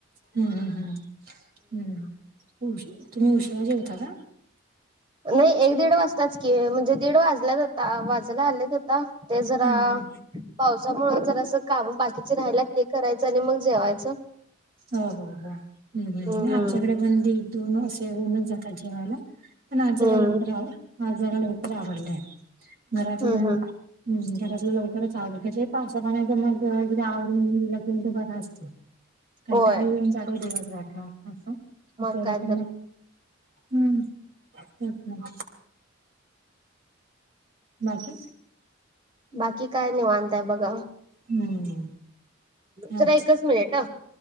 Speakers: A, on the right; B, on the right.
A: हम्म, हम्म, हम्म, हम्म उ तुम्ही उशिरा जेवता का?
B: नाही एक दीड वाजताच की म्हणजे दीड वाजल्यात आत्ता वाजायला आल्यात आत्ता. ते जरा
A: हा हा
B: पावसामुळे जरासं काम बाकीचे राहिल्यात ते करायचं आणि मग जेवायचं.
A: हो हो हो्, हम हम,
B: हम्म
A: नाय आमच्याकडे पण दीड दोन असे होऊनच जातात जेवायला. पण आज जरा
B: हम्म
A: लवकर आवरलय, आज जरा लवकर आवरलंय घरातल्या
B: हम्म
A: हम्,
B: हम्म
A: घरातलं लवकरच आवरून घेते पावसा पाण्याच मग एकदा आवरून गेलं कि तर बर असतं. कंटाळा
B: होय
A: येऊन जातो दिवसभर मग असं,,
B: मग
A: पोरं
B: काय
A: पण
B: तर
A: मग हम्म, तेच ना. बाकी.
B: बाकी काय निवांत आहे बघा.
A: हम्म.
B: जरा
A: अच्छा
B: एकच मिनिट ह.